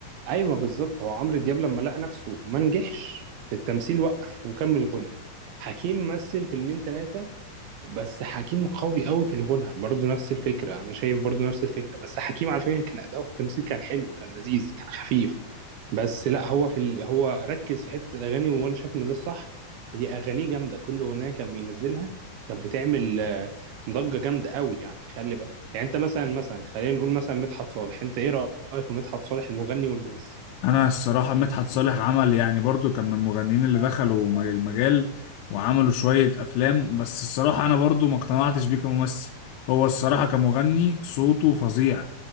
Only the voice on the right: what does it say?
ايوه بالظبط هو عمرو دياب لما لقى نفسه ما نجحش في التمثيل وقف وكمل غنى حكيم مثل فيلمين ثلاثه بس حكيم قوي قوي في الغنى برضه نفس الفكرة أنا شايف برضه نفس الفكرة بس حكيم على فكرة كان أداؤه في التمثيل كان حلو كان لذيذ كان خفيف بس لا هو في ال... هو ركز في حتة الأغاني وأنا شايف إن ده الصح هي أغانيه جامدة كل أغنية كان بينزلها كانت بتعمل آه، ضجة جامدة قوي يعني خلي بالك يعني أنت مثلا مثلا خلينا نقول مثلا مدحت صالح أنت إيه رأيك في مدحت صالح المغني والممثل؟